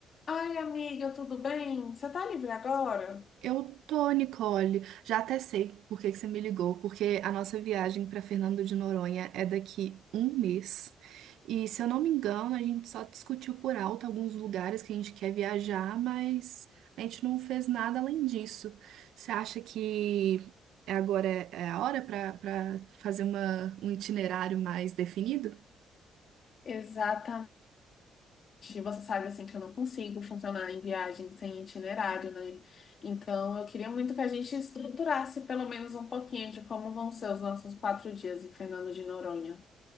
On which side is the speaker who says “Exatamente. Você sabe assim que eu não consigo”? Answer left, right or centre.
Left